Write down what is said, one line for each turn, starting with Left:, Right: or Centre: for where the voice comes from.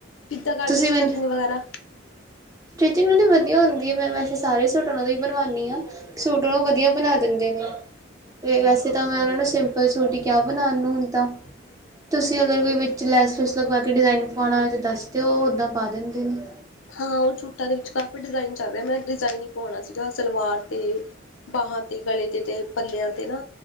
Left: ਕਿੱਦਾਂ ਕਰਦੇ
Right: ਤੁਸੀਂ
Left: ਸਟਿਚਿੰਗ
Right: ਮੈਨੂੰ
Left: ਵਗੈਰਾ?
Right: ਸਟਿਚਿੰਗ ਉਨਾਂ ਦੀ ਵਧੀਆ ਹੁੰਦੀ ਐ, ਮੈਂ ਵੈਸੇ ਸਾਰੇ ਬਣਵਾਦੀ ਆ। ਸੂਟ ਬਹੋ ਵਧੀਆ ਬਣਾ ਦਿੰਦੇ ਨੇ, ਵੈਸੇ ਤਾਂ ਮੈਂ ਉਨਾਂ ਨੂੰ ਸਿੰਪਲ ਸੂਟ ਈ ਕੇਯਾ ਬਣਾਣ ਨੂੰ ਤਾਂ। ਤੁਸੀਂ ਅਗਰ ਵੀ ਵਿੱਚ ਲੈਸ-ਲੂਸ ਲਵਾ ਕੇ ਡੀਜਾਂਇਨ ਪੁਆਣਾ ਹੋਏ ਤਾਂ ਓਹ ਉਦਾਂ ਪਾ ਦਿੰਦੇ ਨੇ।
Left: ਹਾਂ ਓ ਸੂਟਾਂ ਦੇ ਵਿੱਚ ਤਾਂ ਕਾਫੀ ਡਿਜ਼ਾਇਨ ਚੱਲ ਰੇ, ਮੈਂ ਏਕ ਡਿਜ਼ਾਇਨ ਹੀ ਪਾਉਣਾ ਸੀਗਾ, ਸਲਵਾਰ ਤੇ ਬਾਹਾਂ ਤੇ, ਗਲੇ ਤੇ, ਪੱਲੇ ਦੇ ਤੇ ਪੱਲਿਆਂ ਤੇ ਨਾ